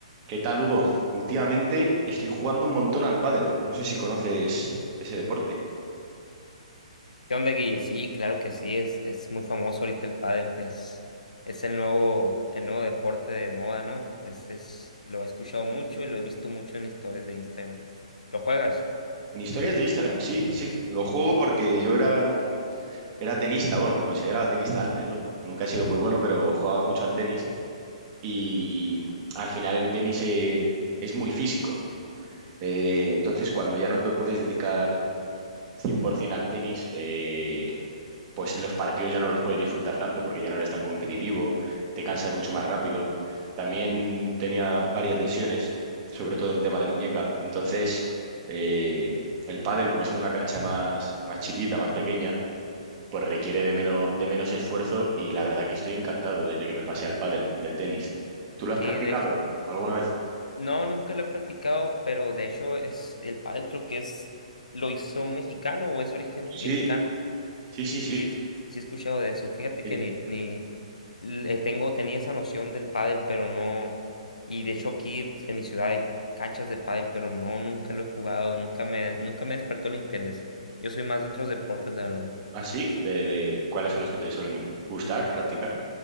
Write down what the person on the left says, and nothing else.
¿Qué onda, Guille? Sí, claro que sí, es, es muy famoso ahorita el pádel, es, es el nuevo, el nuevo deporte de moda, ¿no? Es, es, lo he escuchado mucho y lo he visto mucho en historias de Instagram. ¿Lo juegas?
Sí,
de hecho-
No, nunca lo he practicado, pero de hecho es, el pádel creo que es, lo hizo un mexicano o es origen
mexicano.
Sí,
es- sí he escuchado de eso. Fíjate
que ni, ni le tengo, tenía esa noción del pádel, pero no. Y de hecho aquí en mi ciudad hay canchas de pádel, pero no, nunca lo he jugado, nunca me, nunca me despertó el interés. Yo soy más de otros deportes, la verdad.